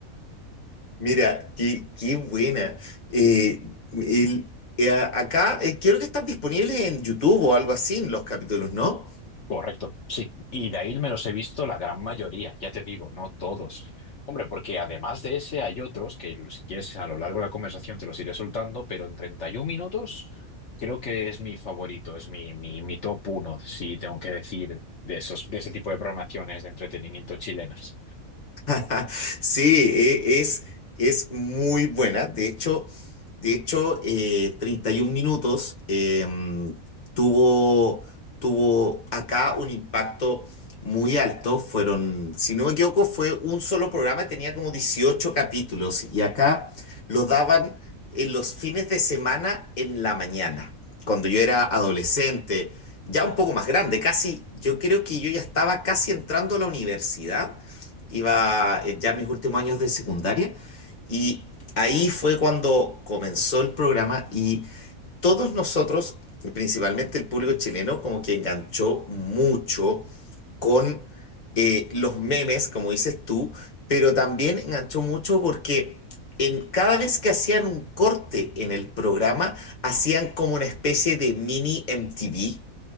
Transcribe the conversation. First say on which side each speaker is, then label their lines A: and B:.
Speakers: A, on the left (about 30°); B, on the left (about 55°).
A: Mira, qué, qué buena. Eh, el- eh, acá, eh, creo que están disponibles en YouTube o algo así los capítulos, ¿no?
B: Correcto, sí. Y de ahí me los he visto la gran mayoría, ya te digo, no todos. Hombre, porque además de ese hay otros que si quieres a lo largo de la conversación te los iré soltando, pero en 31 minutos creo que es mi favorito, es mi, mi, mi top uno, si tengo que decir, de esos, de ese tipo de programaciones de entretenimiento chilenas.
A: <laughs> Sí, e- es, es muy buena. De hecho, de hecho eh, 31 minutos em, tuvo, tuvo acá un impacto muy alto. Fueron, si no me equivoco, fue un solo programa y tenía como 18 capítulos. Y acá lo daban en los fines de semana en la mañana, cuando yo era adolescente, ya un poco más grande, casi, yo creo que yo ya estaba casi entrando a la universidad iba eh, ya en mis últimos años de secundaria y ahí fue cuando comenzó el programa y todos nosotros, principalmente el público chileno, como que enganchó mucho con eh, los memes, como dices tú, pero también enganchó mucho porque en, cada vez que hacían un corte en el programa, hacían como una especie de mini MTV.